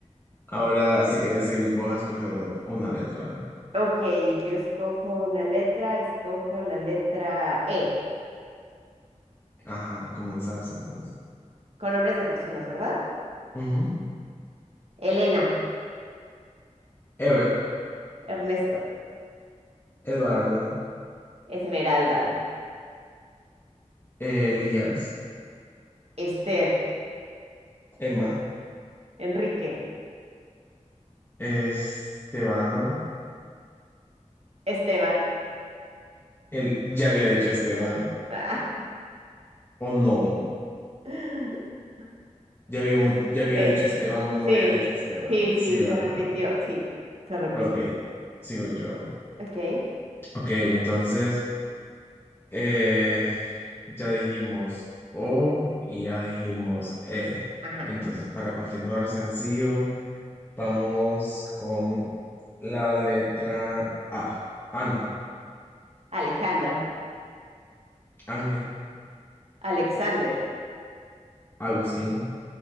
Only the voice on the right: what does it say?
Ok, yo escojo una letra, escojo la letra E,
con nombres de personas, ¿verdad?
Elena,
Ernesto.
Esmeralda,
Esther,
Enrique,
Esteban.
Ah,
<laughs>
ok,
sí,
sí,
sí,
sí,
se repitió, sí, se repitió.
Ok,
ajá.
Alejandra,
Alexander,